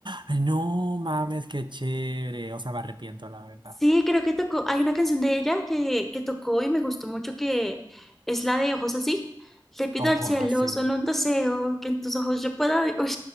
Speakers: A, on the right (about 75°); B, in the centre.
A: "Ay, no mames, qué chévere. O sea, me arrepiento, la verdad.
B: Sí, creo que tocó, hay una canción de ella que, que tocó y me gustó mucho que es la de Ojos así. Le pido
A: Ojos
B: al cielo
A: así.
B: solo un deseo, que en tus ojos yo pueda... ver". Uy,